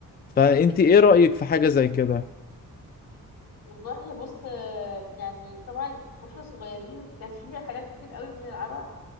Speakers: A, on the left; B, on the left.
A: فانت ايه رأيك في حاجة زي كده
B: والله بص آه، يعني طبعا واحنا صغيرين كان في حاجات كتير قوي بنلعبها